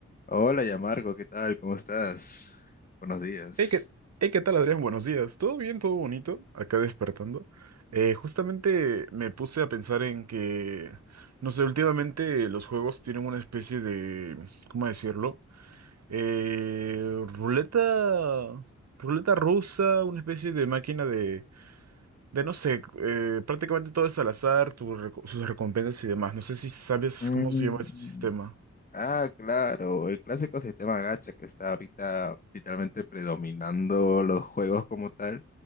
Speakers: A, on the left (about 30°); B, on the right (about 65°).
A: Hola, Yamarco, ¿qué tal? ¿Cómo estás? Buenos días.
B: Hey, ¿qué, hey, ¿qué tal, Adrián? Buenos días. ¿Todo bien? ¿Todo bonito? Acá despertando. Eh, justamente me puse a pensar en que, no sé, últimamente los juegos tienen una especie de, ¿cómo decirlo? Eh, ruleta, ruleta rusa, una especie de máquina de, de no sé, eh, prácticamente todo es al azar, tu reco- sus recompensas y demás. No sé si sabes
A: Mm,
B: cómo se llama ese sistema.
A: Ah, claro, el clásico sistema gacha que está ahorita literalmente predominando los juegos como tal.